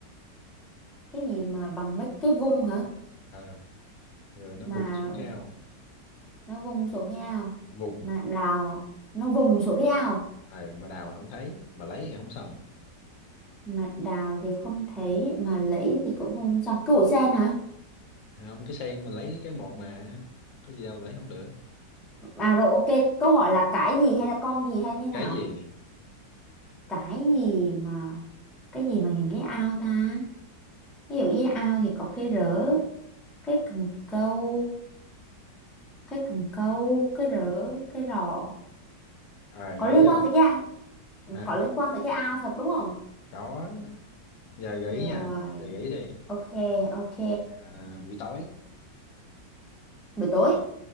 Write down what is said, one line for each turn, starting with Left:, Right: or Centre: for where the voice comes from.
Centre: cái gì mà bằng mấy cái vung hả
Left: Ờ, rồi nó
Centre: mà
Left: vùng xuống cao
Centre: nó vung xuống cái ao
Left: vùng
Centre: mà đào nó vùng xuống cái ao
Left: à, mà đào không thấy mà lấy thì không xong
Centre: mà đào thì không thấy mà lấy thì cũng không sao củ sen hả
Left: Thấy không cái sen mình lấy cái một mà có gì đâu mà lấy không được
Centre: à rồi ok câu hỏi là cái gì hay là con gì hay như nào
Left: cái gì
Centre: cái gì mà cái gì mà những cái ao ta ví dụ như ao thì có cái rỡ cái cần câu cái cần câu cái rỡ cái rọ
Left: à, gợi
Centre: có liên
Left: ý không
Centre: quan tới cái
Left: hả
Centre: có liên quan tới cái ao thật đúng không
Left: đó giờ gợi
Centre: rồi
Left: ý nha giờ gợi ý đi
Centre: ok ok
Left: à, buổi tối
Centre: buổi tối